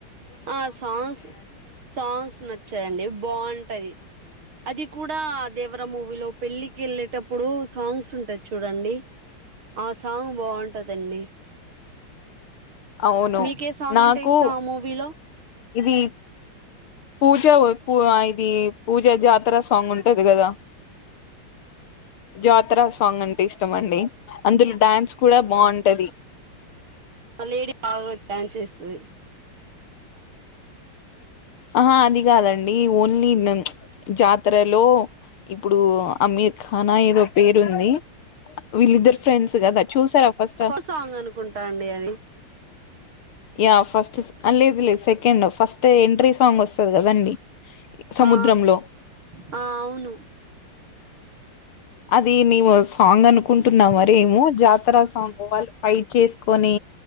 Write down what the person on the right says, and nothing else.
ఆ సాంగ్స్ సాంగ్స్ నచ్చాయండి బాగుంటది అది కూడా దేవరా మూవీలో పెళ్ళికి వెళ్ళేటప్పుడు సాంగ్స్ ఉంటాయి చూడండి ఆ సాంగ్ బాగుంటదండి
మీకే సాంగ్
అంటే ఇష్టం ఆ మూవీలో
మలేడీ బాగా డ్యాన్స్ చేస్తది
ఫస్ సాంగ్ అనుకుంటా అండి అది
ఆ ఆ అవును